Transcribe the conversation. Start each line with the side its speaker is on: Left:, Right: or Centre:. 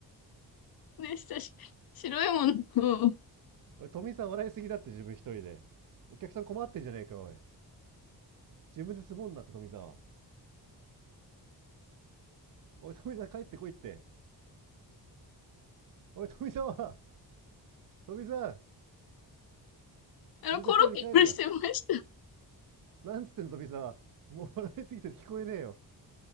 Left: ね、したし、白いものを、
Right: おい、富澤笑いすぎだって自分一人で。お客さん困ってんじゃねえか、おい。自分でツボになって、富澤。おい、富澤帰ってこいって。おい、富澤富澤
Left: あの、
Right: 富澤一人で帰るな。
Left: コロッケしてました。
Right: なんつってんの、富澤。もう笑いすぎて聞こえねえよ。